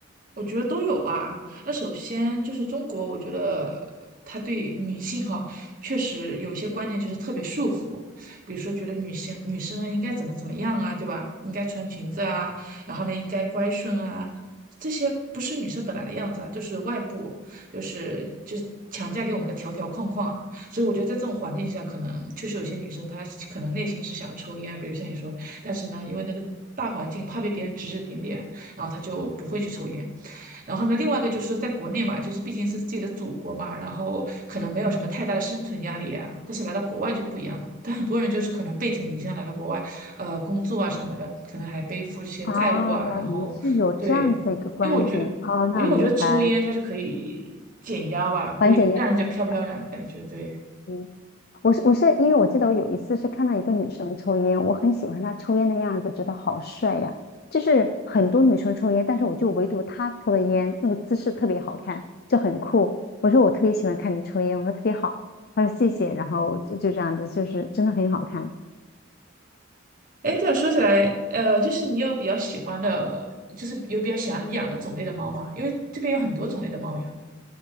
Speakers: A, on the right; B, on the left.
A: 我觉得都有吧。那首先就是中国，我觉得他对女性哈，确实有一些观念就是特别束缚，比如说觉得女性女生啊应该怎么怎么样啊，对吧？应该穿裙子啊，然后呢应该乖顺啊，这些不是女生本来的样子啊，就是外部，就是就是强加给我们的条条框框啊。所以我觉得在这种环境下，可能确实有些女生她可能内心是想要抽烟啊比如像你说，但是呢，因为那个大环境怕被别人指指点点，然后她就不会去抽烟。然后呢，另外一个就是说，在国内嘛，就是毕竟是自己的祖国嘛，然后可能没有什么太大的生存压力啊。但是来到国外就不一样了，但很多人就是可能背井离乡来到国外，呃，工作啊什么的，可能还背负一些债务啊。
B: 哦，
A: 然后，
B: 你是有这样子的一个观点哦，
A: 对，因为我觉得，我因为我觉得抽烟它是可以减压吧，
B: 那我明白。缓解压力的。
A: 会让人家飘飘然的感觉。对，
B: 嗯，我是我是因为我记得我有一次是看到一个女生抽烟，我很喜欢她抽烟的样子，觉得好帅呀。就是很多女生抽烟，但是我就唯独她抽的烟那个姿势特别好看，就很酷。我说我特别喜欢看你抽烟，我说特别好。她说谢谢，然后就就这样子，就是真的很好看。
A: 哎，对了，说起来，呃，就是你有比较喜欢的，就是有比较想养的种类的猫吗？因为这边有很多种类的猫呀。